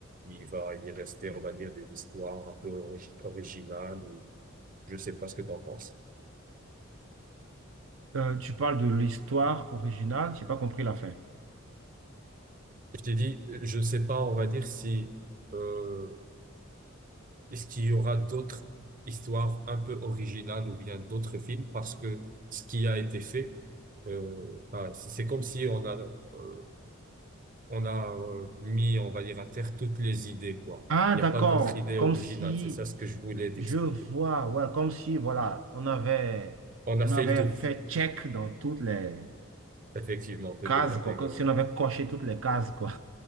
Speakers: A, on the right; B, on the right.
A: il va y rester, on va dire, des histoires un peu origi- originales. Je sais pas ce que t'en penses.
B: Euh, tu parles de l'histoire originale, j'ai pas compris la fin.
A: Je t'ai dit, je sais pas, on va dire si euh, Est-ce qu'il y aura d'autres histoires un peu originales ou bien d'autres films? Parce que ce qui a été fait, euh, ben, c'est c'est comme si on a, euh, on a euh, mis, on va dire, à terre toutes les idées, quoi.
B: Ah,
A: Il
B: d'accord.
A: n'y a pas d'autres idées
B: Comme
A: originales.
B: si
A: C'est ça ce que je voulais t'expliquer.
B: je vois, ouais, comme si, voilà, on avait,
A: On a
B: on
A: fait
B: avait
A: le tour,
B: fait check dans toutes les
A: effectivement, toutes
B: cases,
A: les catégories.
B: quoi. Comme si on avait coché toutes les cases, quoi.